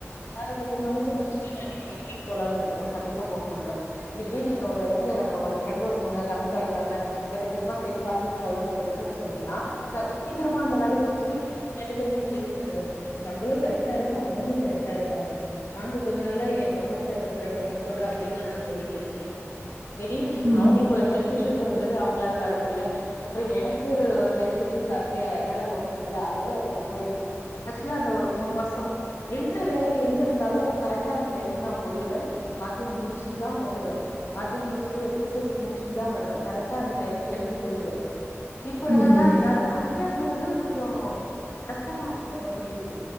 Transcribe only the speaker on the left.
நா இன்னிக்கு சமைச்சி முடிச்சிட்டு நா இன்னிக்கு வாக்கிங் போலானு இருக்கேன்னா கண்டிப்பா போகமாட்டோ இதுவே நீங்க ஒரு எடத்துல நம்ம ஒரு ஃப்ரெண்ட ஒருத்தவங்க கமிட் ஆயிட்டாங்க ரெண்டு பேருமா சேந்து வாங்கிங் போலான் சொல்ட்டுன் சொன்னீங்கன்னா க சீக்கிரமா அந்த வேலைய முடிச்சிட்டு ரெண்டு பேருமா சேந்து போயிடுவோ நம்மளு கரெக்டா இருப்போ அவுங்களு கரெக்டா இருப்பாங்க நாங்க கொஞ்ச நாளா ஏ பக்கத்துல இருக்கிற ஃபிரெண்ட்ஸோட அப்பிடிதா நா போய்கிட்டு இருந்தே திடீர்னு
அவுங்களுக்கு ஒரு ஹெல் த் ஷுஷ் வந் ந்தது அவுங்களால வரமுல அப்புறோ எனக்கு ஒரு ஹல்த் இஷூ ஆச்சி என்னால போக முடியல அதோட அது கட் ஆச்சி ஆக்ஸுலா அந்த மூனு மாசோ என்ன வேலை எங்க இருந்தாலு கரெக்டா அந்த டைமுக்கு நா போயிடுவே வாக்கிங் முடிச்சிட்டுதா வருவே வாக்கிங் முடிச்சுட்டு எக்சசைஸ் முடிச்சிட்டுதா வருவே கரெக் ட்டா அந்த டைமுக்கு எழுந்து போயிடுவே இப்ப என்னென்னா
என்னால தனியா போறது கொஞ்சோ கஷ்டமா இருக் க்குற மாதிரி இருக்கு